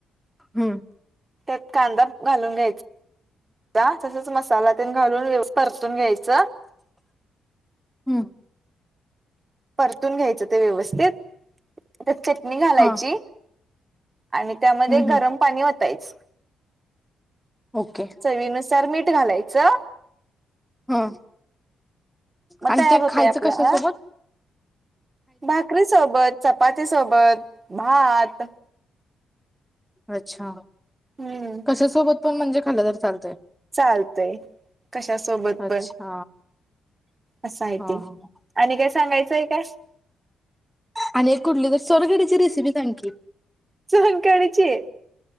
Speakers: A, in the centre; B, on the right (about 20°).
A: हम्म
B: त्यात कांदा घालून घ्यायचा तसच मसाला तेण घालून व्यवस्थित परतून घ्यायच
A: हम्म
B: परतून घ्यायचं ते व्यवस्थित त्यात चटणी घालायची
A: हा
B: आणि त्यामध्ये
A: हम्म
B: गरम
A: हम्म
B: पाणी ओतायच
A: ओके
B: चवीनुसार मीठ घालायचं
A: हम
B: मग
A: आणि
B: तयार
A: ते
B: होतय
A: खायचं
B: आपला
A: कशा सोबत
B: भाकरी सोबत चपाती सोबत भात
A: अच्छा
B: हम्म
A: कशा सोबत पणं म्हणजे खाल्लं तर चालतंय
B: चालतय कशा सोबत
A: अच्छा
B: पण असं आहे
A: हा
B: ते
A: हा
B: आणि काय सांगायचंय काय
A: आणि एक कुठली तर सोलकढीची रेसिपी सांग की
B: सोलकढी ची